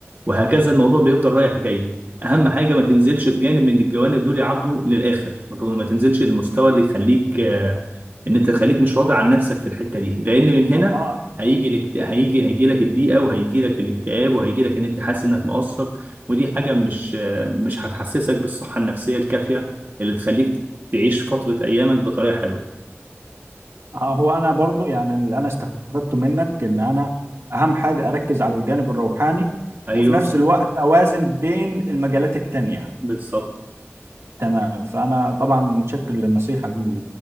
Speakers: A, on the right; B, on the right.
A: وهكذا الموضوع بيفضل رايح جاي اهم حاجه ما تنزلش في جانب من الجوانب دول يعبدوا للاخر ما تقول- ما تنزلش للمستوى اللي يخليك آه، ان انت خليك مش راضي عن نفسك في الحته دي لان من هنا
B: اه
A: هيجي الاكت... هيجي هيجي لك الضيقه وهيجي لك الاكتئاب وهيجي لك ان انت حاسس انك مقصر ودي حاجه مش آه، مش هتحسسك بالصحه النفسيه الكافيه اللي تخليك تعيش فتره ايامك بطريقه حلوه
B: آه، هو انا برضو يعني اللي انا استفدته منك ان انا اهم حاجة اركز على الجانب الروحاني
A: ايوه
B: وفي نفس الوقت اوازن بين المجالات التانية
A: بالظبط
B: تمام فانا طبعا متشكر للنصيحة دي